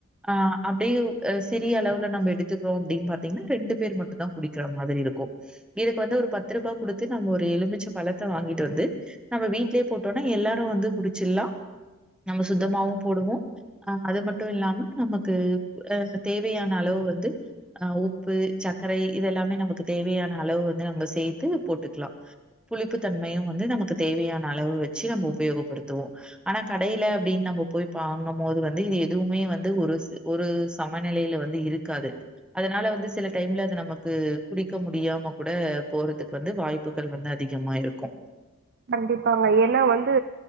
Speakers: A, in the centre; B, on the right.
A: அ அப்டீயே சிறிய அளவுல நம்ம எடுத்துக்குறோ அப்டீன்னு பாத்தீங்கன்னா ரெண்டு பேரு மட்டுந்தா குடிக்குற மாரி இருக்கோ இதுக்கு வந்து ஒரு பத்துருபா குடுத்து நம்ம ஒரு எலுமிச்ச பழத்த வாங்கிட்டு வந்து நம்ம வீட்லயே போட்டோம்னா எல்லாரோ வந்து குடிச் ச்சுலா நம்ம சுத்தமாவோ போடுவோ அ அது மட்டோ இல்லாம நமக்கு அ தேவையான அளவு வந்து அ உப்பு சக்கரை இது எல்லாமே நமக்கு தேவையான அளவு வந்து நம்ம சேத்து போட்டுக்கலா புளிப்பு தன்மையு வந்து நமக்கு தேவையான அளவு வெச்சு நம்ம உபயோகப்படுத் த்துவோ ஆனா கடையில அப்டீன்னு நம்ம போய் பாங்னோ போது வந்து இது எதுவுமே வந்து ஒரு ஒரு சமநெலையில வந்து இருக்காது அதனால வந்து சில டைம்ல அது நமக்கு குடிக்க முடியாம கூட போறதுக்கு வந்து வாய்ப்புகள் வந்து அதிகமா இருக்கோ
B: கண்டிப்பாங்க ஏன்னா வந்து